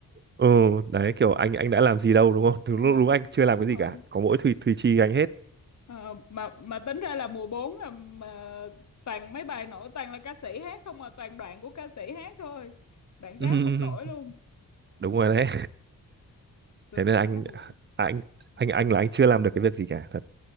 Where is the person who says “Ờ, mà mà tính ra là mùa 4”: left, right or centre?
Left